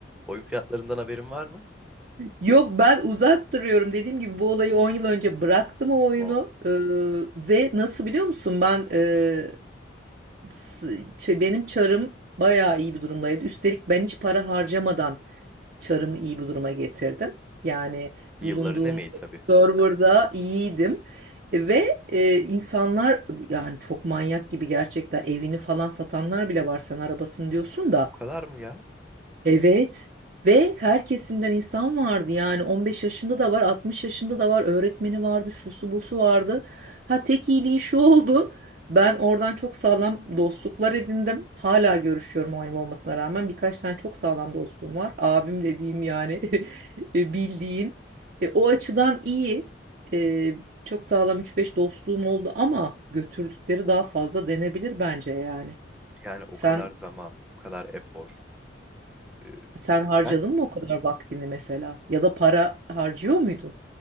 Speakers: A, in the centre; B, on the right.
A: Oyun fiyatlarından haberin var mı?
B: Yok ben uzak duruyorum dediğim gibi bu olayı 10 yıl önce bıraktım o oyunu
A: Wow.
B: Ee, ve nasıl biliyor musun ben e, s- ç- benim çarım bayağı iyi bir durumdaydı üstelik ben hiç para harcamadan çarımı iyi bir duruma getirdim yani
A: Yılların
B: bulunduğum
A: emeği tabii.
B: serverda iyiydim ve e, insanlar yani çok manyak gibi gerçekten evini falan satanlar bile var sen arabasını diyorsun da
A: O kadar mı ya?
B: Evet ve her kesimden insan vardı yani 15 yaşında da var 60 yaşında da var öğretmeni vardı şusu busu vardı. Ha tek iyiliği şu oldu ben oradan çok sağlam dostluklar edindim hala görüşüyorum 10 yıl olmasına rağmen birkaç tane çok sağlam dostum var abim dediğim yani <laughs> e, bildiğin E, o açıdan iyi E, çok sağlam üç beş dostluğum oldu ama götürdükleri daha fazla denebilir bence yani
A: Yani o
B: sen...
A: kadar zaman, o kadar efor. Ee,
B: Sen harcadın
A: ben
B: mı o kadar vaktini mesela? Ya da para harcıyor muydun?